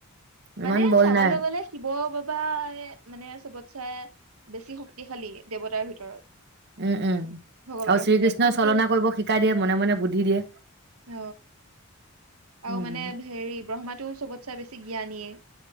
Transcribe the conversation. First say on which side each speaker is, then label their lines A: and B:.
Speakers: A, on the right; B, on the right.
A: উম
B: মানে
A: ইমান বল
B: চাবলৈ
A: নাই
B: গ'লে শিৱ অ বাবাই মানে চবত চাই বেছি শক্তিশালী দেৱতাৰ ভিতৰত
A: উম উম
B: ভগৱানৰ
A: আৰু শ্ৰীকৃষ্ণই
B: ভিতৰত কিন্তু
A: চলনা কৰিব শিকাই দিয়ে মনে মনে বুদ্ধি দিয়ে।
B: অ
A: উম,
B: আৰু মানে হেৰি ব্ৰহ্মাটোও চবত ছে বেছি জ্ঞানীয়ে